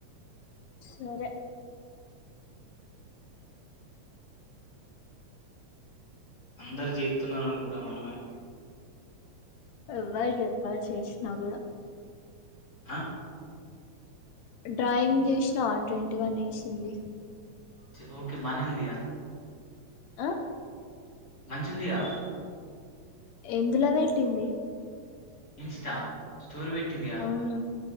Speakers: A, on the left (about 80°); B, on the left (about 35°).
A: సరే
B: అందరు జేత్తున్నారనుకుటా మనమే
A: ఎవ్వర్ చేప్ప చేసినా గూడా
B: అ
A: డ్రాయింగ్ చేష్నావా ట్వంటీ వన్ ఏసింది
B: చెప్పు ఓకే బానే ఉందిగా
A: అ
B: మంచ్ ఉందిగా
A: ఎందులో వెట్టింది
B: ఇన్స్టా స్టోరి వెట్టిందిగా
A: అవును